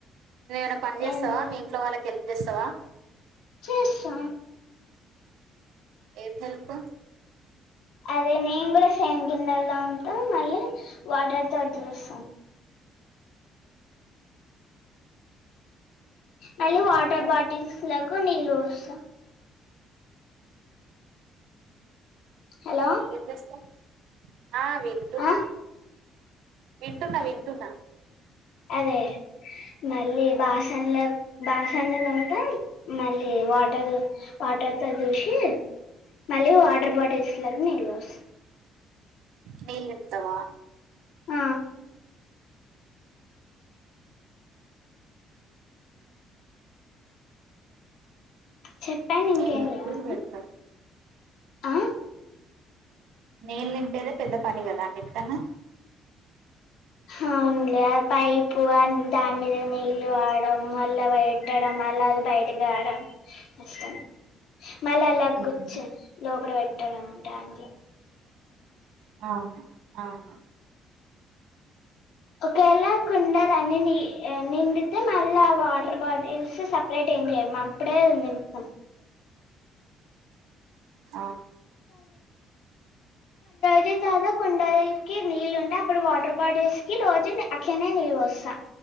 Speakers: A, on the right; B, on the left.
A: నువ్వేమనా పన్ చేస్తావ
B: ఏంది
A: మీ ఇంట్లో వాళ్ళకి హెల్ప్ చేస్తావా
B: చేస్తా
A: ఏం హెల్ప్
B: అదే నేను గుడా సేమ్ గిన్నెలు తోముత మళ్ళీ వాటర్ తోటి తుడుస్త మళ్ళీ వాటర్
A: ఇంకా
B: బాటిల్స్ లకు నీళ్ళు పోస్తా హలో
A: ఏం చేస్తావ్ ఆ వింటున్న
B: ఆ
A: వింటున్న వింటున్న
B: అదే మళ్ళీ బాషన్ల బాసన్ల తోముతాం మళ్ళీ వాటల్ వాటర్ తో తుడిసి మళ్ళీ వాటర్ బాటిల్స్ ల్లకు నీళ్లు పోస్
A: నీల్ నింపుతవా
B: అ చెప్పండి
A: నీల్
B: ఇంకేం
A: నింపి
B: లేవని
A: పెడతా
B: ఆ
A: నీల్ నింపేదే పెద్ద పని కదా అండి చెప్తున్నా
B: అవున్లే ఆ పైపు అ దాని మీద నీళ్ళు పాడం మళ్ళ పెట్టడం మళ్ళ అది బయటకు రాడం కష్టమే మళ్ళీ అలా
A: ఉమ్,
B: కూర్చన్ లోపల పెట్టడం ఉంటాం
A: అవును అవు
B: ఒకేలా కుండలన్ని నిండితే మళ్ళ ఆ వాటర్ బాటిల్స్ సపరేట్ ఎం చేయమ్ అప్పుడే నిత్తం
A: అ
B: రజ తాద కుండల్ కి నీళ్ళు ఉంటే అప్పుడు వాటర్ బాటిల్స్ కి రోజు అట్లనే నీళ్ళు పోస్తా